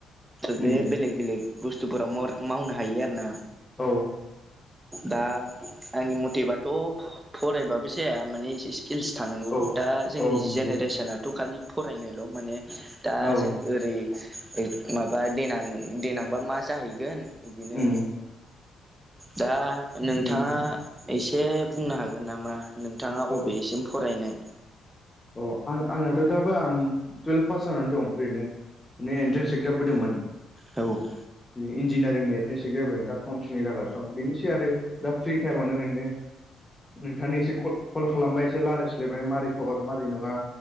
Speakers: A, on the right; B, on the left.
A: बे
B: उम
A: बेलेग बेलेग बुस्थुफोराव मावनो हायो आरोना
B: औ
A: दा आंनि मथेबाथ' फरायबाबो जाया माने स्किल्स थानांगौ
B: औ
A: दा जोंनि
B: औ नंगौ
A: जेनेरेसनाथ' खालि फरायनायल' माने दा
B: औ
A: जोंङो ओरै माबा देनां देनांबा मा जाहैगोन इदिनो
B: उम
A: दा नोंथाङा
B: बेनो
A: एसे बुंनो हागोन नामा नोंथाङा बबेसिम
B: औ
A: फरायनाय
B: अ आं आंनाथ' दाबो आं टुयेल्भ पास जानानै दं ओरैनो एन्ट्रेनस एकजाम होदोंमोन
A: औ
B: बि इन्जिनियारिंनि <unintelligible> जाबाय दा <unintelligible> जागासिनो बेनोसै आरो दा फ्रि टाइमावनो ओरैनो नोंथांनि एसे कल खालामबाय एसे रायलायस्लायबाय मारै खबर मारै नङा